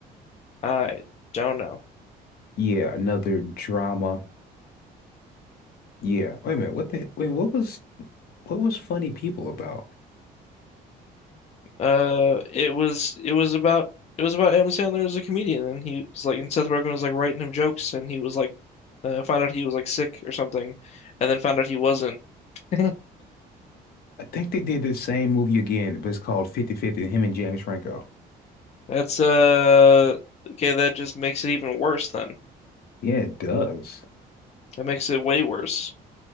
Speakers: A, on the left; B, on the left.
A: I don't know.
B: Yeah, another drama. Yeah. Wait a minute, what the wait, what was what was Funny People about?
A: Uh, it was it was about it was about Adam Sandler as a comedian, and he was like, and Seth Rogen was like writing him jokes, and he was like, uh, found out he was like sick or something, and then found out he wasn't. <laughs>
B: I think they did the same movie again, but it's called Fifty Fifty. him and James Franco.
A: That's uh okay. That just makes it even worse. Then
B: Yeah, it does.
A: that makes it way worse.